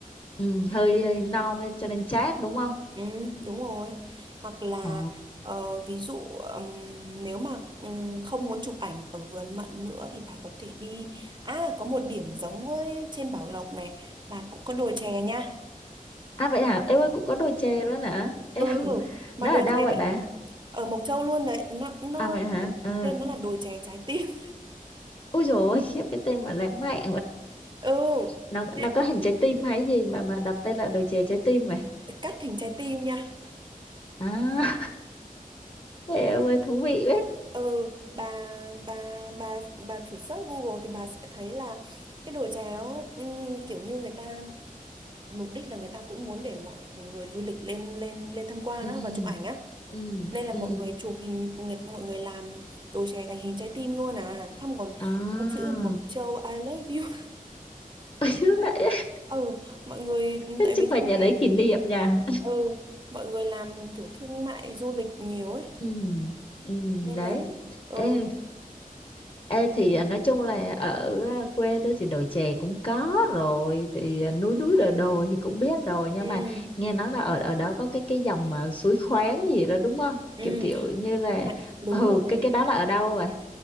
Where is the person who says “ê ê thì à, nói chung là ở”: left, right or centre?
Left